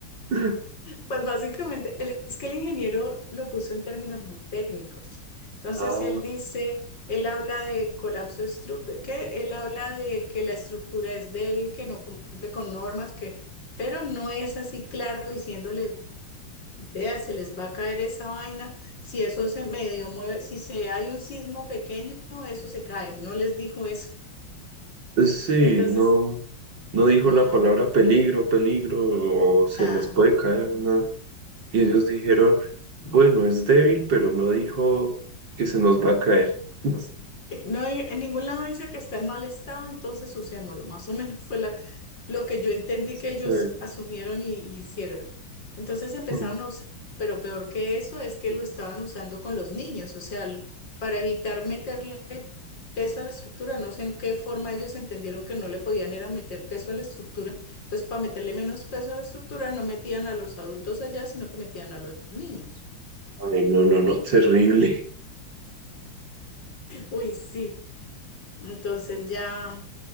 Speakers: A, on the right (about 60°); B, on the left (about 60°).
A: <laughs>
B: Pues básicamente, el- es que el ingeniero lo puso en términos muy técnicos. Entonces,
A: Ah,
B: él dice, él habla de colapso estructural, que él habla de que la estructura es débil, que no cumple con normas, que, pero no es así claro diciéndoles, vea, se les va a caer esa vaina, si eso se medio mueve, si se hay un sismo pequeño, eso se cae. No les dijo eso.
A: Sí,
B: Entonces,
A: no, no dijo
B: no,
A: la palabra peligro, peligro, o se
B: nada.
A: les puede caer, nada. Y ellos dijeron, bueno, es débil, pero no dijo que se nos va a caer. <laughs>
B: No hay, en ningún lado dice que está en mal estado, entonces usémoslo. Más o menos fue la, lo que yo entendí que ellos
A: Sí.
B: asumieron y, y hicieron. Entonces empezaron
A: Mm.
B: a usar, pero peor que eso es que lo estaban usando con los niños, o sea, l- para evitar meterle peso a la estructura. No sé en qué forma ellos entendieron que no le podían era meter peso a la estructura. Entonces, para meterle menos peso a la estructura, no metían a los adultos allá, sino que metían a los niños.
A: Ay, no, no, no, terrible.
B: Uy, sí. Entonces ya.